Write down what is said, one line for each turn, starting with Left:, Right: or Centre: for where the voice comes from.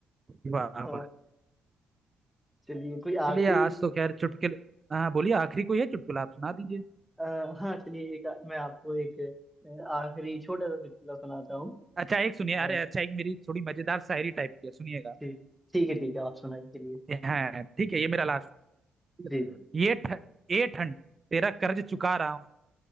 Right: वाह
Centre: हाँ चलिए कोई आखिरी
Right: चलिए आज तो खैर चुटकुले हाँ बोलिए आखिरी कोई है चुटकुला आप सुना दीजिए
Centre: अ, हाँ चलिए एक मैं आपको एक अ, आखिरी छोटा सा चुटकुला सुनाता हूँ
Right: अच्छा एक सुनिए
Centre: अ,
Right: अरे अच्छा एक मेरी थोड़ी मजेदार शायरी टाइप की है सुनिएगा
Centre: ठीक ठीक है ठीक है आप सुनाइए के लिए
Right: हाँ ठीक है ये मेरा लास्ट ठीक
Centre: जी
Right: है ये ठ, ये ठंड तेरा कर्ज चुका रहा हूँ